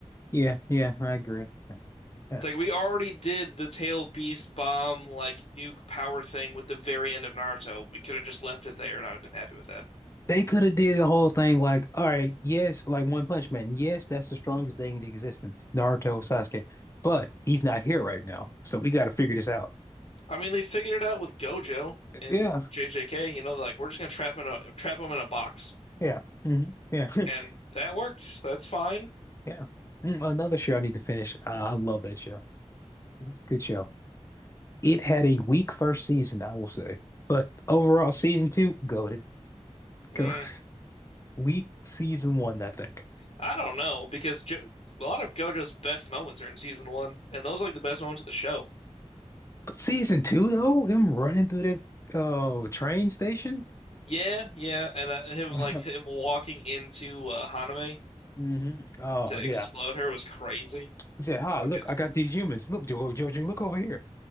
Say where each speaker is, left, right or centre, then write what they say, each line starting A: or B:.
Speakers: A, on the left; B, on the left.
A: Yeah, yeah, I agree. Yeah.
B: It's like we already did the tail beast bomb like nuke power thing with the very end of Naruto. We could have just left it there and I'd have been happy with that.
A: They could have did the whole thing like, all right, yes, like One Punch Man. Yes, that's the strongest thing in existence, Naruto Sasuke. But he's not here right now. So we gotta figure this out.
B: I mean, they figured it out with Gojo and
A: Yeah,
B: JJK. You know, like we're just gonna trap in a trap them in a box,
A: yeah, hmm yeah, <laughs>
B: and that worked. That's fine.
A: yeah. Mm, Another show I need to finish. Uh, I love that show. It's a good show. It had a weak first season, I will say, but overall, season two, goated.
B: Mm,
A: Go <laughs> weak season one, I think.
B: I don't know because jo a lot of Gojo's best moments are in season one, and those are like the best moments of the show.
A: But season two, though, him running through that uh train station.
B: Yeah, yeah, and uh, him
A: <laughs>
B: like him walking into uh, Haname
A: hmm Oh
B: to
A: yeah,
B: explode her was crazy.
A: he said, "Hi,
B: So
A: look,
B: good.
A: I got these humans. Look, Jojo, look over here."